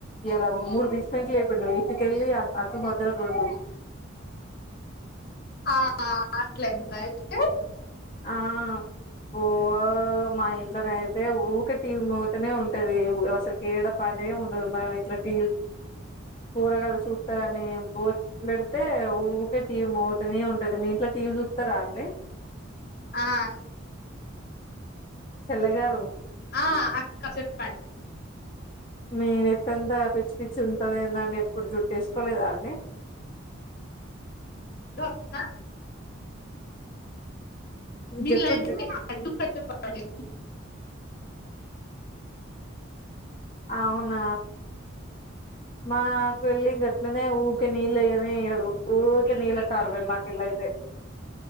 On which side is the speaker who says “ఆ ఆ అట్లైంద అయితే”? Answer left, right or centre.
Left